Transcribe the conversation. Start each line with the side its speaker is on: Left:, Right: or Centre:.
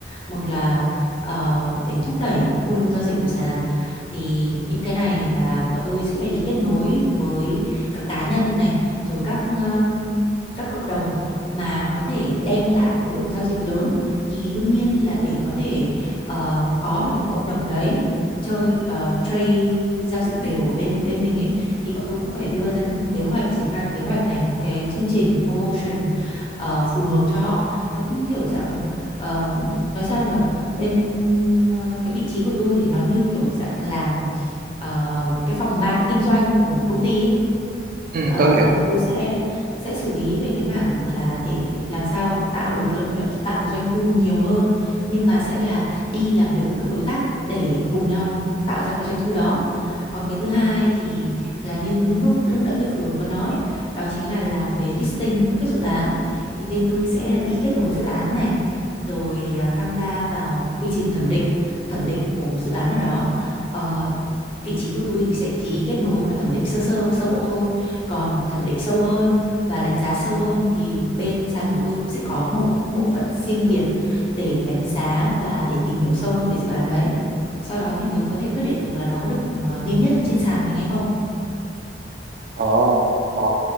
Left: một là ờ, để thúc đẩy volume giao dịch của sàn thì những cái này là bọn tôi sẽ phải đi kết nối với các cá nhân này rồi các ừm, các cộng đồng mà có thể đem lại khối lượng giao dịch lớn thì đương nhiên là để có thể ờ, có được những cộng đồng đấy chơi ờ, trade giao dịch đều ở bên bên mình ấy thì bọn tôi cũng phải đưa ra những cái kế hoạch triển khai kế hoạch này những cái chương trình promotion ờ, phù hợp cho họ nó cũng kiểu dạng ờ, nói sao nhỉ bên ờ, cái vị trí của tôi thì nó như kiểu dạng làm ờ, cái phòng ban kinh doanh của một công ty ấy.
Right: Ừ,
Left: Ờ,
Right: tôi hiểu.
Left: là bọn tôi sẽ sẽ xử lý về cái mảng là để làm sao tạo được lợi nhuận, tạo được doanh thu nhiều hơn nhưng mà sẽ là đi làm việc với các đối tác để cùng nhau tạo ra cái doanh thu đó. Còn cái thứ hai thì là như lúc lúc nãy tôi vừa có nói, đó chính là làm về listing các cái dự án. Thì bên tôi sẽ là đi kết nối dự án này, rồi à, tham gia vào quy trình thẩm định, thẩm định của một dự án nào đó. Ờ, vị trí của tôi thì sẽ chỉ đi kết nối và thẩm định sơ sơ sơ bộ thôi còn thẩm định sâu hơn và đánh giá sâu hơn thì bên sàn của tôi cũng sẽ có một bộ phận riêng biệt để đánh giá và để tìm hiểu sâu hơn về dự án đấy sau đó thì mới có thể quyết định được là nó có được ờ, niêm yết trên sàn mình hay không
Right: Ồ, ờ,